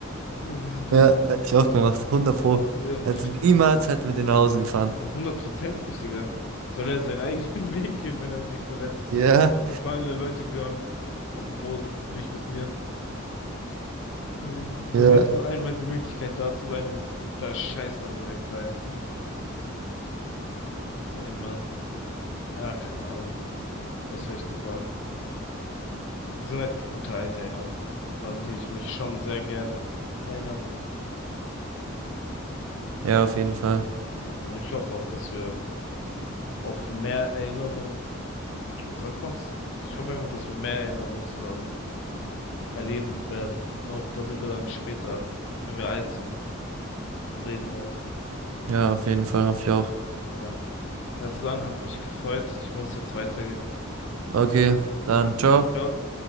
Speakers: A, on the left (about 65°); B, on the right (about 80°).
A: Das ist
B: Ja, hätte ich auch gemacht, 100 pro.
A: äh,
B: Also niemals hätten wir den nach Hause gefahren.
A: 100% nicht, Digga. Soll er seinen eigenen <laughs> Weg gehen, wenn er sich verletzt?
B: Ja,
A: Gefallene Leute gehören auf den Boden, nicht mit mir. Man
B: ja.
A: hat nur einmal die Möglichkeit, da zu sein und da scheißt dann direkt rein. Ey, Mann. Ja, keine Ahnung. Was soll ich dir sagen? Das sind halt gute alte Erinnerungen, und an die ich mich schon sehr gerne erinnere.
B: Ja, auf jeden Fall.
A: Ja, und ich hoffe auch, dass wir auf mehr Erinnerungen, wie sagt man's? Ich hoffe einfach, dass wir mehr Erinnerungen zusammen erleben werden. Auch darüber dann später, wenn wir alt sind, reden werden.
B: Ja, auf jeden Fall hoffe ich auch.
A: Ja. Also dann hat mich gefreut. Ich muss jetzt weitergehen.
B: Okay, dann
A: Ja.
B: ciao.
A: Ciao.